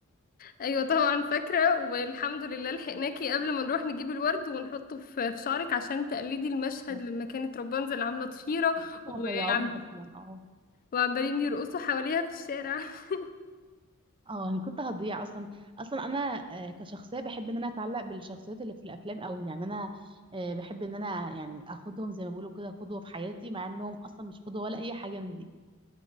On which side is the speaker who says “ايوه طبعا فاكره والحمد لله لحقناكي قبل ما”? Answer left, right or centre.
Left